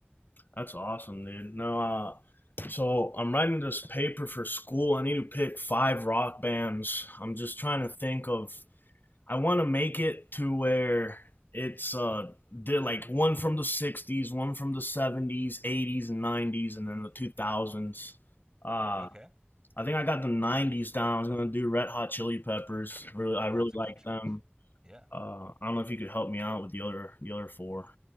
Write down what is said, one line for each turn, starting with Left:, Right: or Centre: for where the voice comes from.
Left: That's awesome, dude. No, uh, so I'm writing this paper for school. I need to pick five rock bands. I'm just trying to think of I want to make it to where it's uh they're like one from the 60s, one from the 70s, 80s and 90s and then the 2000s. Uh
Right: Okay.
Left: I think I got the 90s down. I was going to do Red Hot Chili Peppers. Really I
Right: That's
Left: really
Right: a
Left: like
Right: good choice.
Left: them.
Right: Yeah.
Left: Uh I don't know if you could help me out with the other the other four.